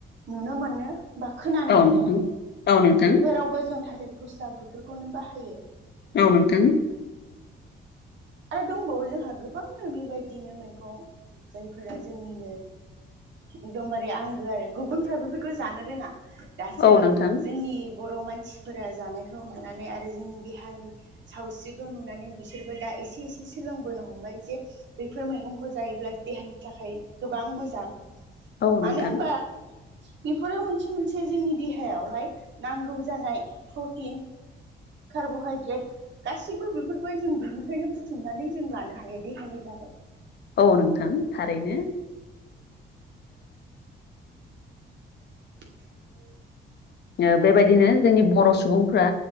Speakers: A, on the right (about 65°); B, on the left (about 60°).
A: नुनो मोनो। बा खोनानो
B: औ
A: मोनो
B: नोंथां
A: बेफोरावबो जों थालिर फस्ला बेफोरखौनो बाहायो।
B: औ नोंथां
A: आरो दंबावो जोंहा गोबांनो बेबायदिनो मैगं जायफोरा जोंनिनो एकदमबारे आंगो आरो गुबुनफ्रा बेफोरखौ जानो रोङा दासो
B: औ नोंथां
A: जोंनि बर' मानसिफोरा जानायखौ नुनानै आरो जोंनि देहानि सावस्रिखौ नुनानै बिसोरबो दा एसे एसे सोलोंबोनो हमबाय जे बेफोर मैगंखौ जायोब्ला देहानि थाखाय गोबां मोजां
B: औ
A: मानो
B: नोंथां
A: होनबा बेफोरो मोनसे मोनसे जोंनि देहायावहाय नांगौ जानाय प्रटिन कार्ब'हाइद्रेद गाैबो बेफोरखौहाय जों बिनिफ्रायनो बुथुमनानै जों लानो हायो देहानि थाखाय।
B: औ नोंथां थारैनो।
A: <inaudible>
B: ओ बेबायदिनो जोंनि बर' सुबुंफ्रा